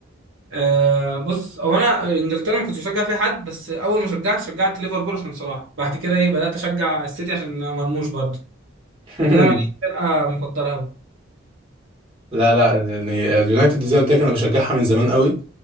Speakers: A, on the right (about 70°); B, on the right (about 25°).
A: أه بص هو انا انجلترا ما كنتش بشجع فيها حد بس اول ما شجعت شجعت ليفربول عشان صلاح بعد كده ايه بدات اشجع السيتي عشان مرموش برضه
B: <laughs>
A: لكن انا ماليش فرقه مفضله قوي
B: لا لا يعني اليونايتد زي ما قلت لك انا بشجعها من زمان قوي